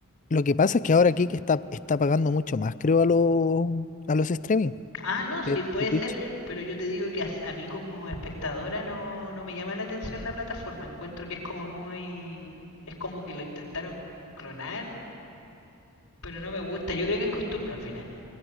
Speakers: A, on the left (about 35°); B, on the left (about 75°).
A: Lo que pasa es que ahora Kick está, está pagando mucho más, creo, a los, a los streaming
B: Ah, no,
A: que
B: sí, puede
A: que Twitch.
B: ser, pero yo te digo que as- a, mí como espectadora no, no me llama la atención la plataforma, encuentro que es como muy... es como que lo intentaron clonar, pero no me gusta, yo creo que es costumbre al final.